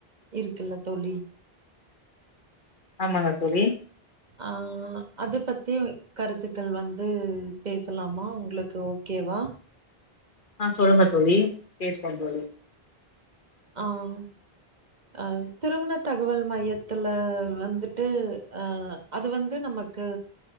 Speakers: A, on the right (about 45°); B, on the left (about 55°).
A: இருக்குல்ல தோழி
B: ஆமாங்க தோழி
A: அஹ் அது பத்தியு கருத்துக்கள் வந்து பேசலாமா உங்களுக்கு ஓக்கேவா
B: ஆஹ் சொல்லுங்க தோழி பேசுவோம் தோழி
A: ஆஹ்ம் அஹ் திருமண தகவல் மையத்துல வந்துட்டு அஹ் அது வந்து நமக்கு